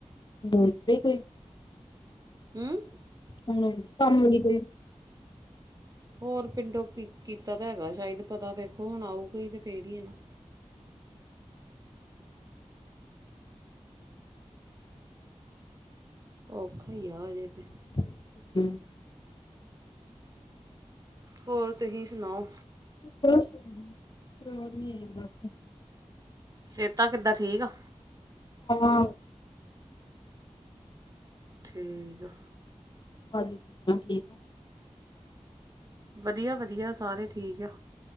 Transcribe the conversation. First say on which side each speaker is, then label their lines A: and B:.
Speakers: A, on the left (about 40°); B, on the right (about 30°).
A: ਹੁਨ ਤੇ ਕੋਈ,
B: ਹੂੰ
A: ਹੁਨ ਔਂਦੀ ਕੰਮ ਆਲੀ ਕੋਈ।
B: ਹੋਰ ਪਿੰਡੋ ਕੀ ਕੀਤਾ ਤਾਂ ਹੈਗਾ ਸ਼ੈਦ ਪਤਾ ਵੇਖੋ ਹੁਨ ਆਊਗੀ ਈ ਤੇ ਫੇਰ ਈ ਐ ਨਾ। ਔਖਾ ਈ ਐ ਅਜੇ ਤੇ।
A: <inaudible>
B: ਹੋਰ ਤੁਸੀਂ ਸਨਾਓ
A: ਬੱਸ ਤੋਰ ਨੀ ਐ ਬੱਸ।
B: ਸੇਤਾਂ ਕਿੱਦਾਂ ਠੀਕ ਆ।
A: ਹਾਂ
B: ਠੀਕ ਆ।
A: ਹਾਂਜੀ ਸੇਤਾਂ ਠੀਕ ਆ।
B: ਵਦੀਆ-ਵਦੀਆ ਸਾਰੇ ਠੀਕ ਆ,